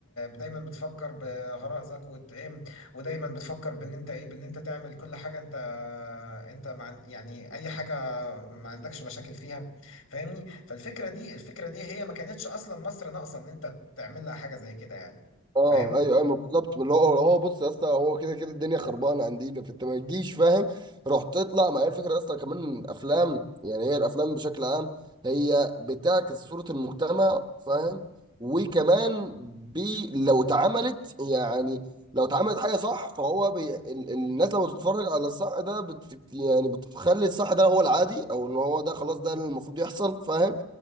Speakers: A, on the left; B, on the right.
A: دايما بتفكر بغرائزك وت ايه ودايما بتفكر بان انت ايه بان انت تعمل كل حاجه انت انت مع يعني اي حاجه ما عندكش مشاكل فيها فاهمني فالفكره دي الفكره دي هي ما كانتش اصلا مصر ناقصه ان انت تعمل لها حاجه زي كده يعني
B: اه
A: فاهمني
B: ايوه ايوه ما بالظبط اللي هو هو بص يا اسطى هو كده كده الدنيا خربانه عندنا فانت ما تجيش فاهم روح تطلع ما هي الفكره يا اسطى كمان افلام يعني هي الافلام بشكل عام هي بتعكس صوره المجتمع فاهم وكمان بي لو اتعملت يعني لو اتعملت حاجه صح فهو بي ال- الناس لما بتتفرج على الصح ده بت يعني بتخلي الصح ده هو العادي او ان هو ده خلاص ده اللي المفروض يحصل فاهم